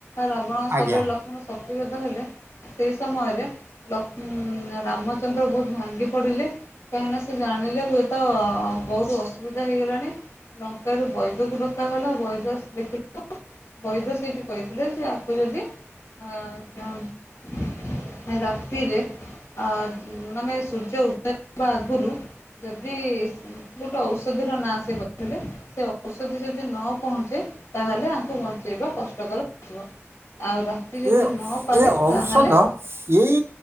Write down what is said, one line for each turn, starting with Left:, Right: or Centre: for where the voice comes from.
Left: ରାବଣଙ୍କ ଶରୀରରେ
Right: ଆଜ୍ଞା
Left: ଲକ୍ଷ୍ମଣ ଶକ୍ତିଭେଦ ହେଲେ। ସେଇ ସମୟରେ ଲକ୍ଷ୍ମୀ ରାମଚନ୍ଦ୍ର ବହୁତ ଭାଙ୍ଗି ପଡିଲେ। କାହିଁକିନା ସେ ଜାଣିଲେ ହୁଏତ ବହୁତ ଅସୁବିଧା ହେଇଗଲାଣ ଣି ଲଙ୍କାରୁ ବୈଦକୁ ଡକାଗଲା ବୈଦ ସେ ଦେଖ ବୈଦ ସେଇଠି କହିଥିଲେ ଯେ ଆକୁ ଯଦି ଆଁ କ ରାତିରେ ଅ ମାନେ ସୂର୍ଯ୍ୟ ଉଦୟବା ଆଗରୁ ଯଦି ଗୋଟେ ଔଷଧିର ନାଁ ସେ କହିଥିଲେ। ସେ ଔଷଧି ଯଦି ନ ପହଞ୍ଚେ ତାହେଲେ ଆ ଙ୍କୁ ବଞ୍ଚେଇବା କଷ୍ଟକର ହେଥିବ ଆଉ ରାତି ଯଦି
Right: ଏ
Left: ନପାହେ
Right: ଏ ଔଷଧ
Left: ତାହେଲେ
Right: ଏଇ